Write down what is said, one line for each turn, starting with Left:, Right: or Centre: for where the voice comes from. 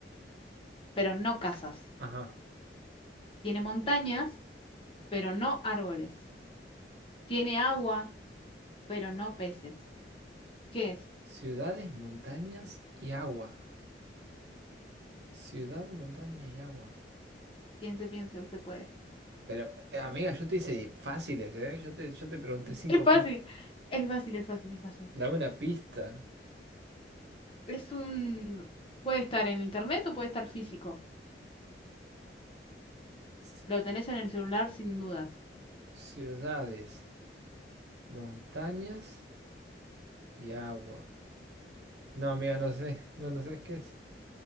Left: Pero no casas.
Right: ajá,
Left: Tiene montañas, pero no árboles. Tiene agua, pero no peces. ¿Qué es?
Right: ciudades, montañas y agua. Ciudad, montaña y agua.
Left: Piense, piense, usted puede.
Right: Pero, eh, amiga, yo te hice fáciles, ¿eh? Yo te, yo te pregunté
Left: <laughs>
Right: cinco
Left: Es fácil,
Right: fáciles.
Left: es fácil, es fácil, es fácil.
Right: Dame una pista.
Left: Es un... Puede estar en internet o puede estar físico.
Right: Ci-
Left: Lo tenés en el celular sin dudas.
Right: Ciudades, montañas y agua. No, amiga, no sé, no, no sé qué es.